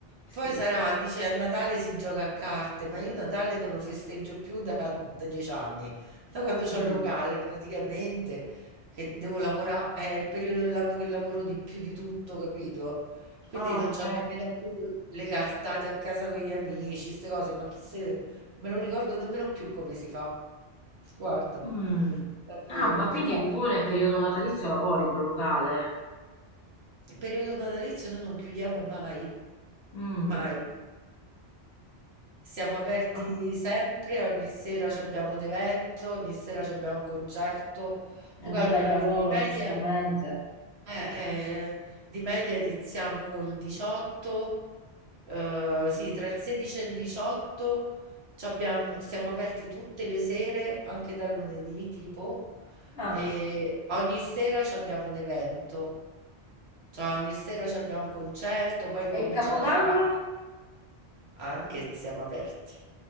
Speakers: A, on the right; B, on the left.
A: Poi
B: Sì.
A: sarà, dice, a Natale si gioca a carte, ma io Natale non lo festeggio più da, da dieci anni, da quando c'ho
B: Mm.
A: il locale praticamente, che devo lavorare, è il periodo dell'anno che lavoro di più di tutto, capito? Quindi
B: Ah,
A: non
B: ok.
A: c'ho nemmeno più le cartate a casa con gli amici, queste cose, ma chi se... non me lo ricordo nemmeno più come si fa. Guarda,
B: Mm.
A: davvero,
B: Ah, ma
A: un
B: quindi
A: peccato.
B: tu nel periodo natalizio lavori col locale?
A: Il periodo natalizio noi non chiudiamo mai,
B: Mm.
A: mai. Siamo aperti
B: Ah.
A: sempre, ogni sera c'abbiamo un evento, ogni sera c'abbiamo un concerto.
B: Eh,
A: Tu calcola
B: vabbè, il lavoro,
A: che di media,
B: giustamente.
A: eh, eh, di media iniziamo il 18, Uhm,
B: Mm.
A: sì, tra il 16 e il 18 c'abbiamo siamo aperti tutte le sere, anche dal lunedì tipo,
B: Ah,
A: e ogni sera c'abbiamo un evento. Cioè ogni sera c'abbiamo un concerto, poi incominciano
B: e il capodanno?
A: a fare anche se siamo aperti.